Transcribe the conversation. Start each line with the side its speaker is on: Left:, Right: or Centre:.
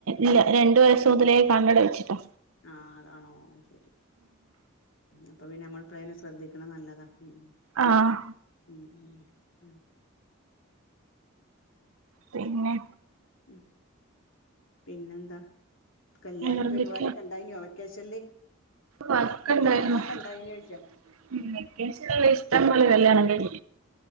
Right: ല്ലാ രണ്ടു വയസ്സ് മുതലേ കണ്ണട വെച്ചിട്ടാ
Left: ആഹ് അതാണോ അഹ് ശരി അപ്പൊ പിന്നെ നമ്മൾ ഇപ്പേനെ ശ്രദ്ധിക്കണത് നല്ലതാ ഉം
Right: ആഹ്
Left: ഉം ഉം അതെ
Right: പിന്നെ
Left: ഉ പിന്നെ എന്താ കല്യാണം
Right: വേറെന്തൊക്കെയാ
Left: പരിപാടൊക്കെ ഉണ്ടായിന്യോ വെക്കശല്
Right: വർക്ക്
Left: കല്യാണങ്ങളൊക്കെ
Right: ഉണ്ടായിരുന്നു
Left: ഉണ്ടായിനോയ്ക്ക
Right: <unintelligible> ഇഷ്ടം പോലെ കല്യാണം കഴി